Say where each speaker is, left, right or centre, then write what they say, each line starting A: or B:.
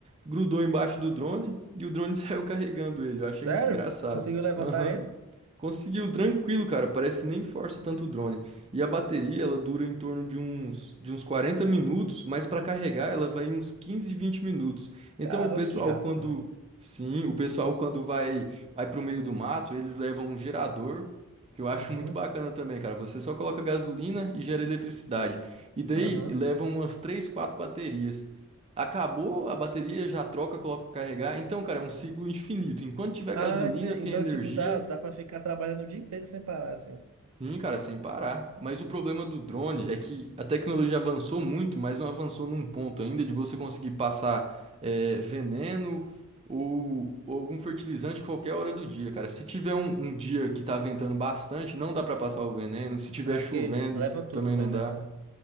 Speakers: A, on the right; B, on the right.
A: grudou embaixo do drone e o drone <laughs> saiu carregando ele. Eu achei
B: Sério?
A: muito engraçado.
B: Conseguiu levantar
A: Aham.
B: ele?
A: Conseguiu, tranquilo, cara. Parece que nem força tanto o drone. E a bateria, ela dura em torno de uns, de uns 40 minutos, mas para carregar ela vai uns 15 20 minutos. Então
B: Caramba,
A: o pessoal
B: que rápido,
A: quando,
B: velho.
A: sim, o pessoal quando vai vai pro meio do mato, eles levam um gerador, que eu acho
B: Uhum.
A: muito bacana também, cara. Você só coloca gasolina e gera eletricidade. E daí
B: Aham.
A: levam umas 3 4 baterias. Acabou a bateria, já troca, coloca para carregar. Então, cara, é um ciclo infinito. Enquanto tiver
B: Ah,
A: gasolina,
B: ente-
A: tem
B: então,
A: energia.
B: tipo, dá, dá pra ficar trabalhando o dia inteiro sem parar, assim.
A: Sim, cara, sem parar. Mas o problema do drone é que a tecnologia avançou muito, mas não avançou num ponto ainda de você conseguir passar eh, veneno ou, ou algum fertilizante qualquer hora do dia, cara. Se tiver um, um dia que tá ventando bastante, não dá pra passar o veneno. Se tiver
B: É
A: chovendo,
B: porque leva tudo
A: também
B: o veneno,
A: não dá.
B: né?